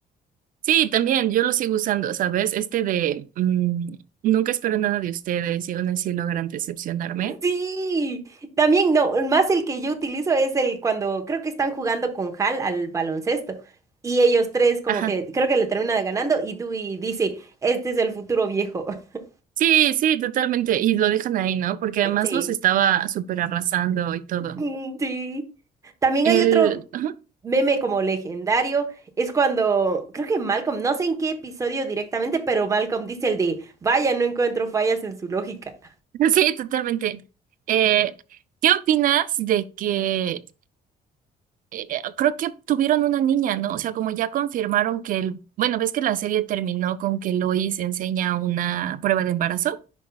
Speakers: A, on the right (about 55°); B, on the right (about 20°).
A: Sí, también, yo lo sigo usando, ¿sabes? Este de mm, nunca espero nada de ustedes y aún así logran decepcionarme.
B: Sí, también no, más el que yo utilizo es el cuando creo que están jugando con Hal al baloncesto y ellos tres como
A: Ajá.
B: que creo que le terminan ganando y Dewey dice, este es el futuro viejo. <laughs>
A: Sí, sí, totalmente. Y lo dejan ahí, ¿no? Porque además
B: Sí,
A: los estaba súper arrasando y todo.
B: mm, sí. También
A: El...
B: hay otro
A: ajá.
B: meme como legendario, es cuando creo que Malcolm, no sé en qué episodio directamente, pero Malcolm dice el de, vaya, no encuentro fallas en su lógica.
A: <laughs> Sí, totalmente. Eh, ¿qué opinas de que eh, creo que tuvieron una niña, ¿no? O sea, como ya confirmaron que el... Bueno, ves que la serie terminó con que Lois enseña una prueba de embarazo.